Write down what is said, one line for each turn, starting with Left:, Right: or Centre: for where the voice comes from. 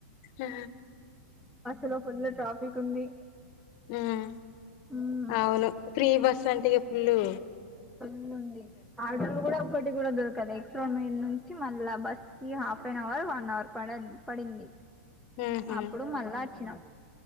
Left: ఆ
Centre: ఇలో ఫుల్ ట్రాఫిక్ ఉంది
Left: హ్మ్
Centre: ఉమ్
Left: అవును ఫ్రీ బస్ ంటికి పుల్లు
Centre: ఫుల్ ఉంది ఆటోలు కూడా ఒకటి కూడా దొరకాల ఎక్స్ రోడ్ మీద నుంచి మళ్ళా బస్ కి half an hour one hour పడ పడింది
Left: ఉహు
Centre: అప్పుడు మళ్ళా వచ్చినాం <inaudible>